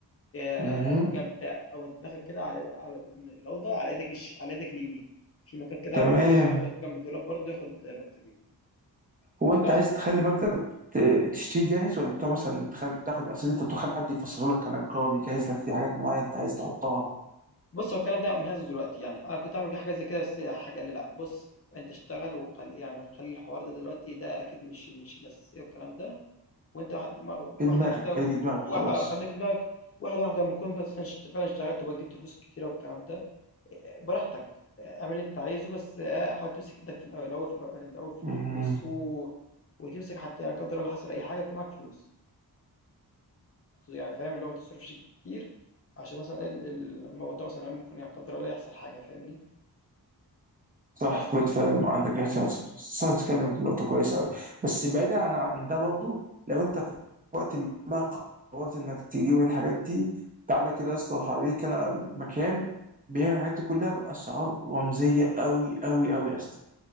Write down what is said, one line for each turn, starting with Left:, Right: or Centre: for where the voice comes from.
Left: آآ،
Right: مهم.
Left: جنب وأنت داخل كده على على من الأوضة على إيدك الش على إيدك اليمين، في مكان كده
Right: تمام
Left: برضه جنب جنب جنب الدولاب برضه ياخد مكتبين.
Right: هو انت
Left: لأ،
Right: عايز تخلي مكتب ت- تشتريه جاهز ولا بتوع مثلا تخل... تاخد اساس انت تخلي حد يفسره لك كنجار يجهز لك في حاجات معينه انت عايز تحطها
Left: بُص هو الكلام ده مش عايزه دلوقتي يعني، أنا كنت هاعمل حاجة زي كده بس الحاج قال لي لأ، بُص أنت اشتغل وخلّي يعني خلّي الحوار ده دلوقتي ده أكيد مش مش الأساسية والكلام ده وانت واحد- ما-
Right: في
Left: واحده
Right: دماغك
Left: واحده
Right: خلي في دماغك وخلاص
Left: وا- آه، خلي في دماغك واحده واحده لما تكون بس اشت- فعلا اشتغلت وبقى جبت فلوس كتيره والكلام ده آه، براحتك آه، اعمل اللي انت عايزه بس آه، حاول تمسك ايدك في الأول- الاول في الأول الأول في
Right: مهم.
Left: الفلوس و... وتمسك حتى يعني قدر الله حصل اي حاجه يكون معاك فلوس يعني فاهم اللي هو ما تصرفش كتير عشان مثلا ال- ال- الموضوع مثلا ممكن يعني قدر الله يحصل حاجه فاهمني
Right: صح
Left: بس
Right: طب انت فاهم عندك احتياط صح تتكلم في نقطة كويسة أوي بس بعيدا عن عن ده برضه لو انت في وقت ما قررت انك تجيب الحاجات دي تعالى كده يا اسطى هوريك انا مكان بيعمل الحاجات دي كلها بأسعار رمزية أوي أوي أوي يا اسطى